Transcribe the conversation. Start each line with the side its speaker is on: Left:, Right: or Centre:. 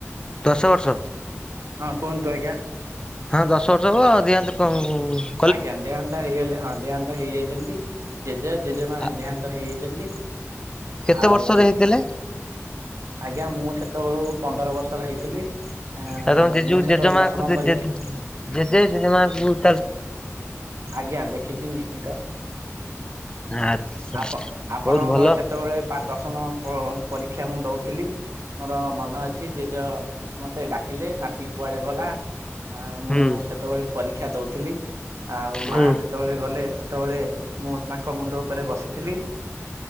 Left: ଦଶ ବର୍ଷ?
Right: ହଁ କୁହନ୍ତୁ ଆଜ୍ଞା।
Left: ହଁ ଦଶ ବର୍ଷ ହବ, ଦେହାନ୍ତ କଅଁ
Right: ଆଜ୍ଞା। ଦେହାନ୍ତ ହେଇଗଲେ ହଁ ଦେହାନ୍ତ ହେଇଯାଇଛନ୍ତି, ଜେଜ, ଜେଜେମା
Left: ଆ
Right: ଦେହାନ୍ତ ହେଇଯାଇଛନ୍ତି
Left: କେତେ
Right: ଆଉ
Left: ବର୍ଷର ହେଇଥିଲେ?
Right: ଆଜ୍ଞା ମୁଁ ସେତେବେଳୁକୁ ପନ୍ଦର ବର୍ଷର ହେଇଥିଲି, ଆଁ
Left: ଆଉ ତମ ଜେଜୁ
Right: ମୁଁ ସେତେବେଳେ
Left: ଜେଜେମାଙ୍କୁ
Right: ଦଶମ
Left: ଜେ
Right: ପରୀକ୍ଷା
Left: ଜେ ଜେଜେ ଜେଜେମା ବହୁତ୍
Right: ଆଜ୍ଞା ଦେଖିଛି ନିଶ୍ଚିନ୍ତ।
Left: ଆଚ୍ଛା
Right: ଆପ-ଆପଣଙ୍କର
Left: ବହୁତ ଭଲ
Right: ସେତେବଳେ ପା ଦଶମ ପ-ପରୀକ୍ଷା ମୁଁ ଦଉଥିଲି ମୋର ମନେ ଅଛି, ଜେଜ ମତେ ଡାକିଲେ, ନାତି କୁଆଡେ ଗଲା? ଆ ମୁଁ
Left: ହୁଁ
Right: ସେତେବଳେ ପରୀକ୍ଷା ଦଉଥିଲି, ଆଉ
Left: ହୁଁ
Right: ମା ଯେତେ ଯେତେବେଳେ ଗଲେ, ସେତେବେଳେ ମୁଁ ତାଙ୍କ ମୁଣ୍ଡ ଉପରେ ବସିଥିଲି